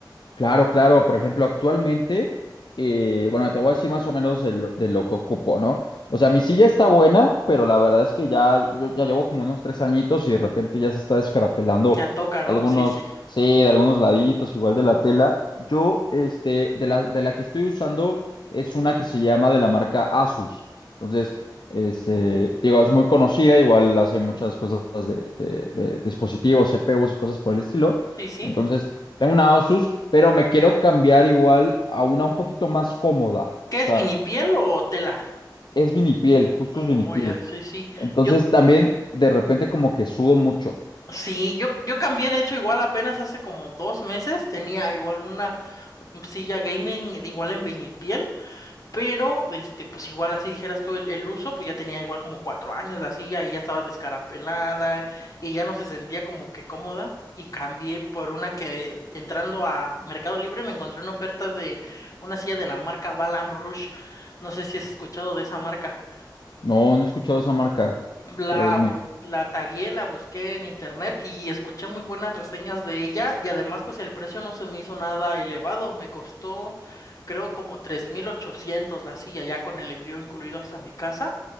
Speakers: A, on the left (about 70°); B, on the left (about 45°).
A: Claro, claro. Por ejemplo, actualmente, eh, bueno, te voy a decir más o menos de lo, de lo que ocupo, ¿no? O sea, mi silla está buena, pero la verdad es que ya, yo ya llevo como unos tres añitos y de repente ya se está descarafelando
B: Ya toca, ¿no?
A: algunos,
B: Sí, sí.
A: sí, de algunos laditos, igual de la tela. Yo, este, de la, de la que estoy usando es una que se llama de la marca Asus. Entonces, este, digo, es muy conocida, igual hace muchas cosas de, de de dispositivos, CPUs y cosas por el estilo.
B: Sí, sí.
A: Entonces, tengo una Asus, pero me quiero cambiar igual a una un poquito más cómoda.
B: ¿Qué
A: O
B: es
A: sea,
B: vinipiel o tela?
A: es vinipiel, justo
B: Oh,
A: es vinipiel.
B: ya, sí, sí.
A: Entonces
B: Yo,
A: también de repente como que sudo mucho.
B: sí, yo, yo cambié, de hecho, igual apenas hace como dos meses, tenía igual una silla gaming igual en vinipiel. Pero, este, pues igual así dijeras tú el, el uso, pues ya tenía igual como cuatro años la silla y ya estaba descarapelada y ya no se sentía como que cómoda y cambié por una que entrando a Mercado Libre me encontré una oferta de una silla de la marca Balam Rouge. No sé si has escuchado de esa marca.
A: No, no he escuchado esa marca,
B: La,
A: pero dime.
B: bu- la tagué, la busqué en internet y escuché muy buenas reseñas de ella y además pues el precio no se me hizo nada elevado, me costó creo como 3.800 la silla ya con el envío incluido hasta mi casa